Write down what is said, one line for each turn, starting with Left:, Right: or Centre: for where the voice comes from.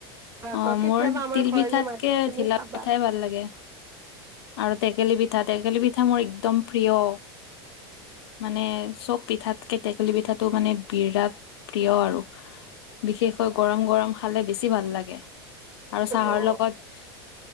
Right: আকৌ
Left: অ
Right: কেতিয়াবা
Left: মোৰ
Right: আমাৰ
Left: তিল
Right: ঘৰলে
Left: পিঠাতকে
Right: মাতি তুমি
Left: ঢিলা
Right: চাবা
Left: পিঠাই ভাল লাগে। আৰু টেকেলি পিঠা টেকেলি পিঠা মোৰ একদম প্ৰিয়। মানে চব পিঠাত কে টেকেলি পিঠাটো মানে বিৰাট প্ৰিয় আৰু। বিশেষকৈ গৰম গৰম খালে বেছি ভাল লাগে। আৰু চাহৰ
Right: অ
Left: লগত